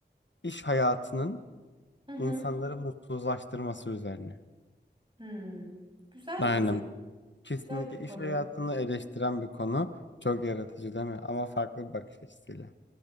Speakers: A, on the left (about 80°); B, on the right (about 25°).
A: iş hayatının
B: Hı hı.
A: insanları mutsuzlaştırması üzerine.
B: Hmm. Güzel
A: Aynen.
B: bir
A: Kesinlikle
B: güzel bir konu.
A: iş hayatını eleştiren bir konu. Çok yaratıcı değil mi? Ama farklı bir bakış açısıyla.